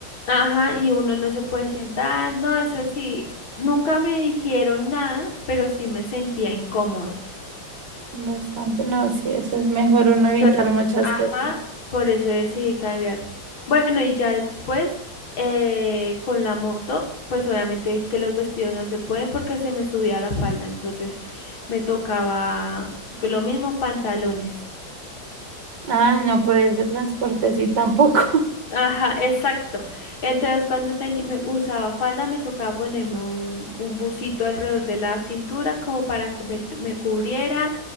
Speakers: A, on the left; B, on the right.
A: Ajá, y uno no se puede sentar, no, eso sí, nunca me dijeron nada, pero sí me sentía incómoda.
B: Bastante, no, sí, eso es mejor uno evitar
A: Entonces,
B: muchas
A: ajá,
B: cosas.
A: por eso decidí cambiar. Bueno, y ya después, eh, con la moto, pues obviamente que los vestidos no se pueden porque se me subía la falda, entonces me tocaba lo mismo, pantalones.
B: Ay, no, por ese transporte sí tampoco. <laughs>
A: Ajá, exacto. Entonces, cuando teni- me usaba falda, me tocaba ponerme un, un busito alrededor de la cintura como para que me, me cubriera.